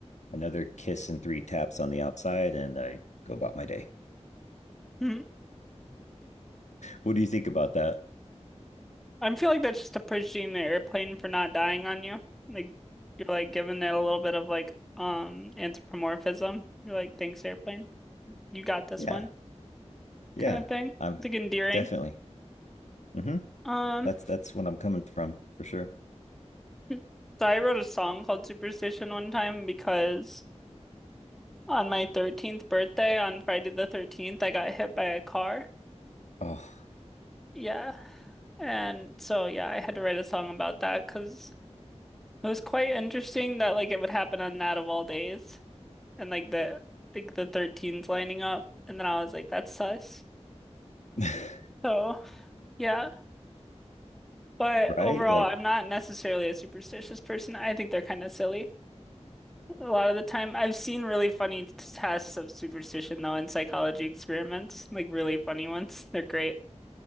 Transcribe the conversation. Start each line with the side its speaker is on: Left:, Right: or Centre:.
Left: another kiss and three taps on the outside, and I go about my day.
Centre: Hmm.
Left: What do you think about that?
Centre: I feel like that's just appreciating the airplane for not dying on you. Like you're like giving it a little bit of like um anthropomorphism. You're like, thanks, airplane. You got this
Left: Yeah,
Centre: one
Left: yeah,
Centre: kind of thing.
Left: I'm
Centre: It's like endearing.
Left: definitely. Mm-hmm.
Centre: Um
Left: That's that's what I'm coming from for sure.
Centre: hmm. so I wrote a song called Superstition one time because on my 13th birthday on Friday the 13th I got hit by a car.
Left: Oh,
Centre: Yeah. And so yeah, I had to write a song about that because it was quite interesting that like it would happen on that of all days. And like the like the 13s lining up. And then I was like, that's sus.
Left: <laughs>
Centre: So yeah. But
Left: right?
Centre: overall,
Left: Like,
Centre: I'm not necessarily a superstitious person. I think they're kind of silly a lot of the time. I've seen really funny t- tests of superstition though in psychology experiments, like really funny ones. <laughs> They're great.